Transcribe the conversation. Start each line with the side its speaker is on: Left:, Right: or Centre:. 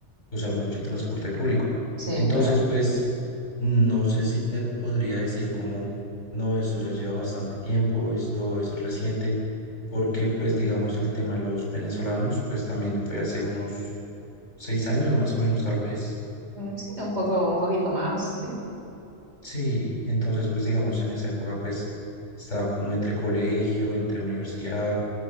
Left: usar mucho el transporte público.
Right: Sí,
Left: Entonces,
Right: claro. claro.
Left: pues No sé si te podría decir como, no, eso ya lleva bastante tiempo, esto es reciente, porque pues digamos el tema de los venezolanos, pues también fue hace unos seis años más o menos, tal vez.
Right: Mm, Sí, un poco, un poquito más, sí.
Left: Sí, entonces pues digamos en esa época pues estaba como entre colegio, entre universidad,